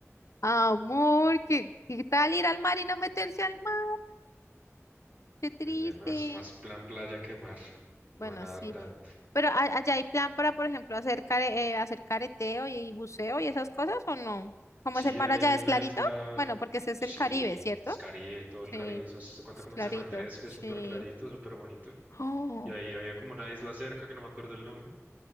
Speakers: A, on the left; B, on the right.
A: Amor, ¿qué, qué tal ir al mar y no meterse al mar? Qué triste.
B: Pues bueno, es más plan playa que mar, no
A: Bueno,
B: van a
A: sí.
B: nadar tanto.
A: Pero a- allá hay plan para, por ejemplo, hacer, care- eh, hacer careteo y, y buceo y esas cosas, ¿o no? ¿Cómo
B: Sí,
A: es el mar
B: hay
A: allá?
B: una
A: ¿Es clarito?
B: isla,
A: Bueno, porque ese es
B: sí,
A: el Caribe, ¿cierto?
B: es Caribe, todo
A: Sí,
B: el Caribe, esas- se cuenta
A: es
B: como
A: clarito.
B: en San Andrés, que
A: Sí.
B: es súper clarito, súper bonito.
A: Oh,
B: Y ahí había como una isla cerca, que no me acuerdo el nombre,